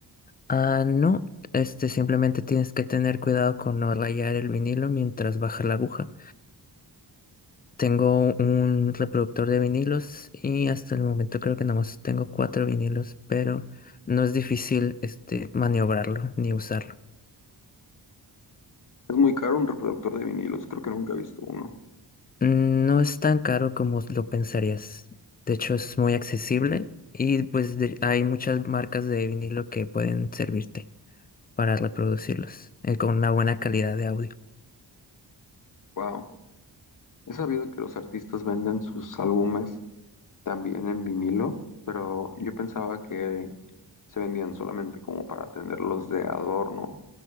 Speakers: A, on the left (about 25°); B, on the left (about 45°).
A: Ah, no, este simplemente tienes que tener cuidado con no rayar el vinilo mientras baja la aguja. Tengo un reproductor de vinilos y hasta el momento creo que nada más tengo cuatro vinilos, pero no es difícil este maniobrarlo ni usarlo.
B: Es muy caro un reproductor de vinilos, creo que nunca he visto uno.
A: Mm, No es tan caro como lo pensarías. De hecho, es muy accesible y pues de- hay muchas marcas de vinilo que pueden servirte para reproducirlos eh, con una buena calidad de audio.
B: Wow, he sabido que los artistas venden sus álbumes también en vinilo, pero yo pensaba que se vendían solamente como para tenerlos de adorno